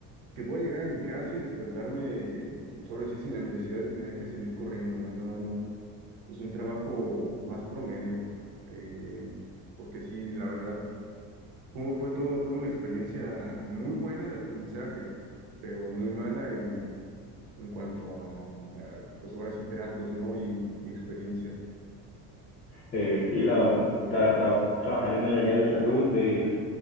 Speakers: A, on the right (about 70°); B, on the left (about 20°).
A: que pueda llegar a mi casa y despertarme, pues, ahora sí, sin la necesidad de tener que salir corriendo, ¿no? Nada más es un trabajo más promedio, eh, porque sí, la verdad, fue, fue todo, toda una experiencia muy buena de aprendizaje, pero muy mala en, en cuanto a, a, pues ahora sí, tratos, ¿no? Y, y experiencias.
B: Eh, sí, la, la verdad, trabajar en el área de salud es,